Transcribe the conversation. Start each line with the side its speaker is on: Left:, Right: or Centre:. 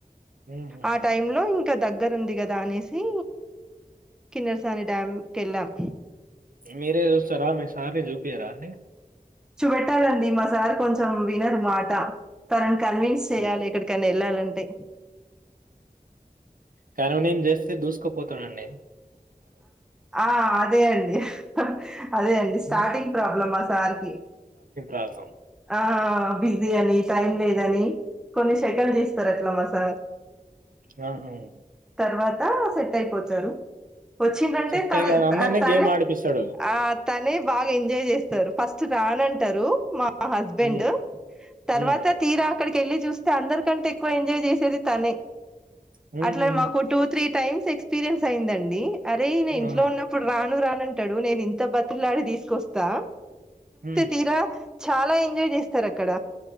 Right: హుహుహు.
Centre: ఆ టైమ్ లో ఇంకా దగ్గర ఉంది కదా దానేసి కిన్నరసాని డ్యాం కి వెళ్ళాం
Right: మీరే జుస్తారా మీ సార్ కి జూపియరా అండి
Centre: చూపెట్టాలండి మా సార్ కొంచెం వినరు మాట తరన్ కన్విన్స్ చేయాలి
Right: హ్మ్.
Centre: ఏక్కడికైనా వెళ్ళాలంటే
Right: కరునిన్ చేస్తే దూసుకుపోతాడండి
Centre: ఆ అదే అండి అదే అండి స్టార్టింగ్
Right: హ్మ్.
Centre: ప్రాబ్లమ్ మా సార్కి
Right: రాగం
Centre: ఆ బిజీ అని టైం లేదని కొన్ని సెకండ్లు తీస్తారు అట్లా మా సార్
Right: ఆ హమ్
Centre: తర్వాత సెట్ అయి పోచ్చారు వచ్చిందంటే
Right: సెట్టయి
Centre: తన
Right: గాదు. అందరిని
Centre: తనే
Right: గేమ్ ఆడిపిస్తాడు.
Centre: ఆ తనే బాగా ఎంజాయ్ చేస్తారు ఫస్ట్ రానంటడి తరు మా మా హస్బెండ్
Right: హ్మ్.
Centre: తర్వాత
Right: హ్మ్.
Centre: తీరా అక్కడికి వెళ్ళి చూస్తే అందరికంటే ఎక్కువ ఎంజాయ్ చేసేది తనే
Right: హుహు.
Centre: అట్లా మాకు టూ త్రీ టైమ్స్ ఎక్స్పీరియన్స్ అయిందండి అరే నేను ఇంట్లో
Right: ఆహా!
Centre: ఉన్నప్పుడు రాను రాను అంటాడు నేను ఇంత బతిలాడి తీసుకొస్తా
Right: హ్మ్.
Centre: తీరా చాలా ఎంజాయ్ చేస్తారు అక్కడ